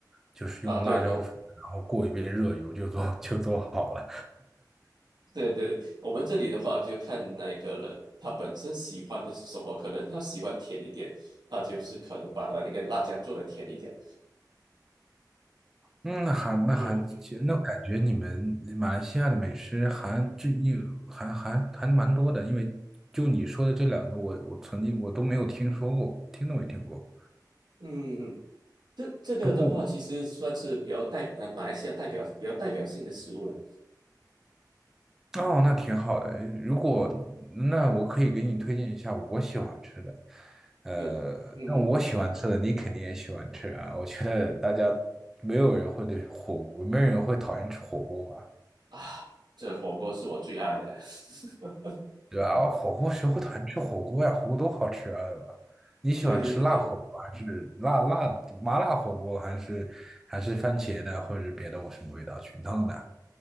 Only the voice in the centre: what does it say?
就是用辣椒粉，
然后过一遍热油就做就做好了。
嗯，那还那还
那感觉你们马来西亚的美食还这一还还还蛮多的，因为就你说的这两个我，我曾经我都没有听说过，听都没听过。
不过我
哦，那挺好的。如果那我可以给你推荐一下我喜欢吃的，呃，
但我喜欢吃的你肯定也喜欢吃啊。我觉得大家没有人会对火锅，没有人会讨厌吃火锅吧。
对后火锅谁会讨厌吃火锅呀？火锅多好吃啊，对吧？你喜欢吃辣火锅还是辣辣麻辣火锅，
还是还是番茄的，或者是别的我什么味道菌汤的？